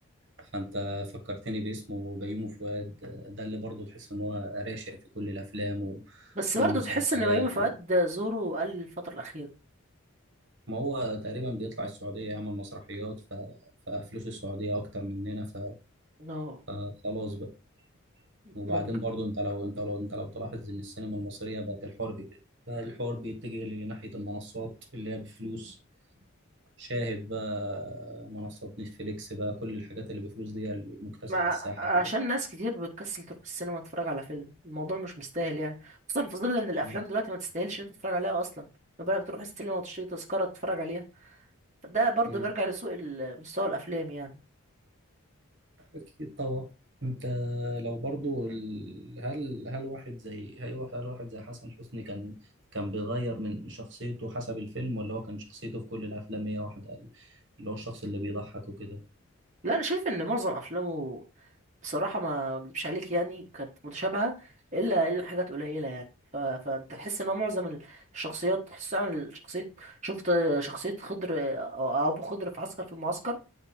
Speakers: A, on the right; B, on the right.
A: فانت فكرتني باسمه بيومي فؤاد ده اللي برضه تحس ان هو راشق في كل الافلام و...
B: بس
A: والمسلسلات
B: برضه تحس إن بيومي فؤاد ظهوره قل الفترة الأخيرة
A: ما هو تقريبا بيطلع السعودية يعمل مسرحيات ف... ففلوس السعودية أكتر مننا ف...
B: اه
A: فخلاص بقى وبعدين
B: ممكن
A: برضو أنت لو أنت لو أنت لو تلاحظ إن السينما المصرية بقت الحوار بي... بقى الحوار بيتجه لناحية المنصات اللي هي بفلوس شاهد بقى منصات نتفليكس بقى كل الحاجات اللي بفلوس دي هي اللي مكتسحة
B: مع
A: الساحة
B: عشان
A: دلوقتي
B: ناس كتير بتكسل تروح السينما تتفرج على فيلم الموضوع مش مستاهل يعني خصوصا في ظل إن الأفلام
A: م-
B: دلوقتي ما تستاهلش إن أنت تتفرج عليها أصلا ما بالك تروح السينما وتشتري تذكرة تتفرج عليها فده برضه
A: م-
B: بيرجع لسوء ال- مستوى الأفلام يعني
A: أكيد طبعا أنت لو برضو ال... هل هل واحد زي هل هل واحد زي حسن حسني كان كان بيغير من شخصيته حسب الفيلم ولا هو كان شخصيته في كل الأفلام هي واحدة اللي هو الشخص اللي بيضحك وكده
B: لا انا شايف ان معظم افلامه بصراحه ما اكدبش عليك يعني كانت متشابهه الا الا حاجات قليله يعني ف... فانت تحس ان هو معظم ال- الشخصيات تحس عامل شخصيه شفت شخصيه خضر او ابو خضر في عسكر في المعسكر